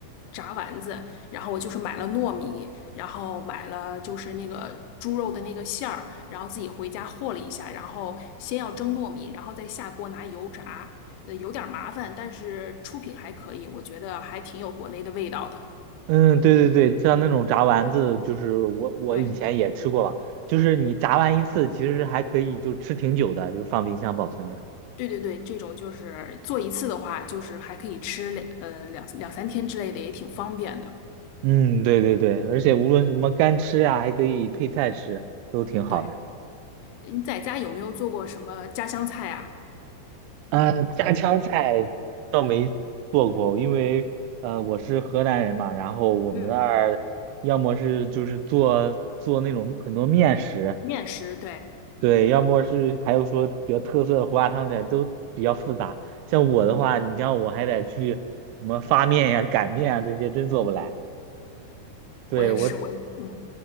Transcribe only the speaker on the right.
嗯，对对对，像那种炸丸子，就是我我以前也吃过吧，
就是你炸完一次，其实还可以就吃挺久的，就放冰箱保存着。
嗯，对对对，而且无论什么干吃呀、还可以配菜吃，都挺好的。
啊，家常菜倒没做过，因为呃我是河南人嘛，然后我们那儿要么是就是做做那种很多面食，
对，要么是还有说比较特色的胡辣汤这都比较复杂。像我的话，你像我还得去什么发面呀、擀面啊这些，真做不来。对，
我